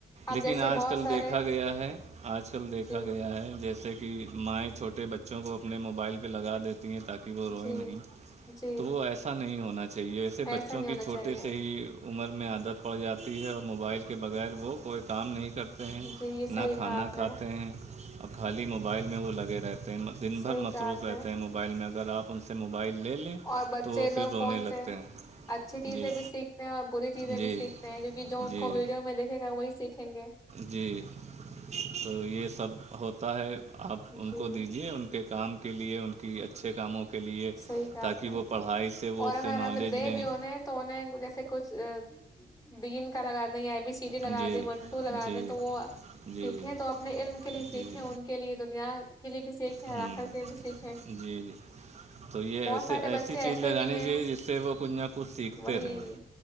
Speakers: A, on the left; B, on the right.
A: اب
B: لیکن
A: جیسے
B: آج
A: بہت
B: کل
A: سارے
B: دیکھا گیا ہے آج کل دیکھا
A: جی
B: گیا ہے جیسے کہ مائیں چھوٹے بچوں کو اپنے موبائل پہ لگا دیتی ہیں تاکہ کہ وہ روئے
A: جی
B: نہیں
A: جی
B: تو وہ ایسا نہیں ہونا چاہیے ایسے
A: ایسا
B: بچوں
A: نہیں
B: کی
A: ہونا
B: چھوٹے
A: چاہیے
B: سے ہی عمر میں عادت پڑ جاتی ہے اور موبائل کے بغیر وہ کوئی کام نہیں کر ے ہیں
A: جی یہ صحیح
B: نہ کھانا
A: کہا آپ نے
B: کھاتے ہیں اور خالی موبائل میں وہ لگے رہتے ہیں دن بھر
A: صحیح
B: مصروف
A: کہا آپ نے
B: رہتے ہیں مو موبائل میں اگر آپ انن سے موبائل لے لیں
A: اور بچے
B: تو وہ پھر
A: لوگ
B: رونے
A: کون
B: لگتے
A: سے
B: ہیں
A: اچھی چیزیں
B: جی
A: بھی سیکھتے ہیں اور بری چیزیں
B: جی
A: بھی سیکھتے ہیں کیونک کہ جو ان
B: جی
A: کو ویڈیو میں دیکھے گا وہی سیکھیں گے
B: جی تو یہ سب ہوتا ہے آپ ان
A: جی
B: کو دیجیے ان کے کام کے لیے ان کی اچھے کاموں کے لیے
A: صحیح کہا
B: تاکہ
A: آپ نے
B: وہ پڑھائی سے وہ
A: اور
B: اس
A: اگر
B: سے نالج
A: ہمیں دے
B: لیں
A: بھی انہیں تو انہیں جیسے کچھ دین کا لگاا ایب سی ڈی لگا
B: جی
A: دیں ون ٹو لگا
B: جی
A: دیں تو وہ
B: جی
A: سیکھیں تو اپنے علم کے لیے سیکھیں
B: جی
A: ان کے لیے دنیا کے لیے بھی سیکھیں
B: ہوں
A: آ کرر کے بھی سیکھیں
B: جی ج تو یہ
A: بہت
B: ایسے
A: سارے
B: ایسی
A: بچے ایسے
B: چیز لگانی
A: بھی ہیں
B: چاہیے جس سے وہ کچھ نہ کچھ سیکھتے
A: وہی
B: رہیں